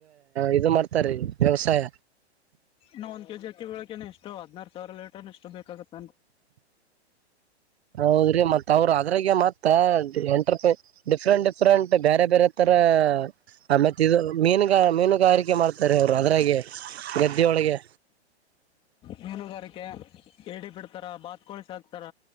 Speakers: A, on the right; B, on the left.
A: ಇ ಮಾಡ್ತಾರೀ ವ್ಯವಸಾಯ
B: ನಾ ಒಂದ್ ಕೆಜಿ ಅಕ್ಕಿ ಬೆಳಕೆ ಎಷ್ಟು ಹದಿನಾರು ಸಾವಿರ ಲೀಟರ್ ಎಷ್ಟು ಬೇಕಾಗುತ್ತೆ
A: ಹೌದ್ರಿ ಮತ್ತ ಅವ್ರ ಅದ್ರಾಗ ಮತ್ತ ಎಂಟರ್ಪ ಡಿಫ್ರೆಂಟ್ ಡಿಫ್ರೆಂಟ್ ಬೇರೆ ಬೇರೆ ತರ ಆ ಮತ್ತೆ ಇದು ಮೀನುಗ ಮೀನುಗಾರಿಕೆ ಮಾಡ್ತಾರೆ ಅವರು ಅದ್ರಾಗೆ ಗದ್ದೆೊಳಗೆ
B: ಮೀನುಗಾರಿಕೆ ಏಡಿ ಬಿಡ್ತಾರ ಬಾತ್ಕೋಳ ಸಾಕ್ತಾರ